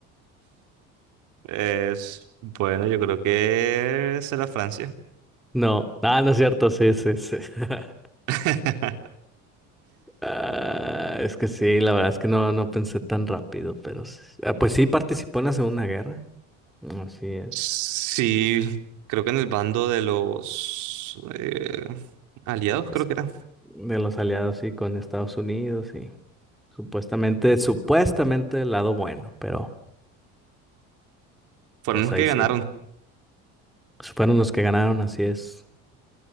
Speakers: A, on the right; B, in the centre.
A: Es, bueno, yo creo que será Francia.
B: No, ah, no es cierto, sí, sí, sí. <laughs>
A: <laughs>
B: Ah, es que sí, la verdad es que no, no pensé tan rápido, pero sí. Ah, pues sí participó en la Segunda Guerra. Así es.
A: Sí, creo que en el bando de los eh, aliados,
B: Es-
A: creo que era.
B: De los aliados, sí, con Estados Unidos, sí. Supuestamente, supuestamente el lado bueno, pero
A: Fueron
B: pues
A: los
B: ahí
A: que
B: sí.
A: ganaron.
B: pues, Fueron los que ganaron, así es.